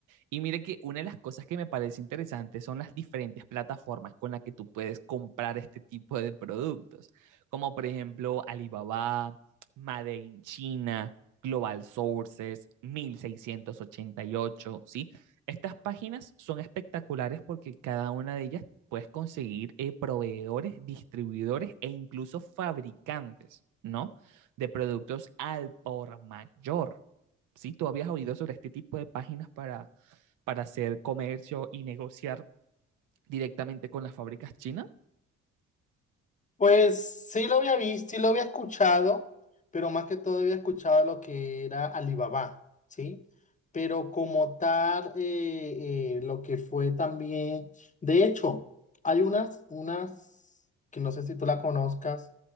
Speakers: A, on the right (about 85°); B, on the left (about 25°).
A: Y mire que una de las cosas que me parece interesante son las diferentes plataformas con las que tú puedes comprar este tipo de productos, como por ejemplo Alibaba, Made in China, Global Sources, 1688, ¿sí? Estas páginas son espectaculares porque cada una de ellas puedes conseguir eh, proveedores, distribuidores e incluso fabricantes, ¿no? De productos al por mayor. ¿Sí? ¿Tú habías oído sobre este tipo de páginas para para hacer comercio y negociar directamente con las fábricas chinas
B: Pues sí lo había visto, sí lo había escuchado, pero más que todo había escuchado lo que era Alibaba, ¿sí? Pero como tal, eh, eh, lo que fue también, de hecho, hay unas, unas, que no sé si tú la conozcas,